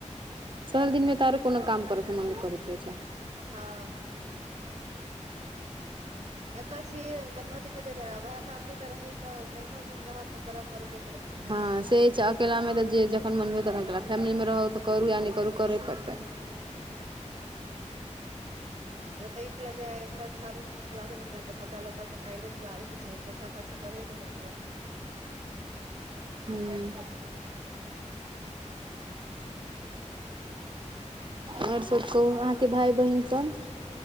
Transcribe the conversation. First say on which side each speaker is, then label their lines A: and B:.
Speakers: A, on the right; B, on the right.
A: सहल दिनमे तारो कोनो काम करै मन नहि करैत रहे छै
B: हँ एतऽ छियै बनवती मे त वएह फैमिली मे रहू तऽ नहियो मोन रहत तऽ करऽ पड़बे करत सबटा
A: हँ से छै अकेलामे तऽ जे जखन मन भेलै तखन केलौं फैमिलीमे रहू तऽ करू या नहि करू करय पड़तै
B: हूंम्म तऽ ई छलै जे सर्फ-साबुन किछुओ नहि छलै। तऽ कपड़ा-लत्ता सभ काल्हिये धोआ गेल छलै। पोछा पाछी करहे कि नहि छला
A: हूंम्म आओर सभ कहू अहाँके भाय बहिनसभ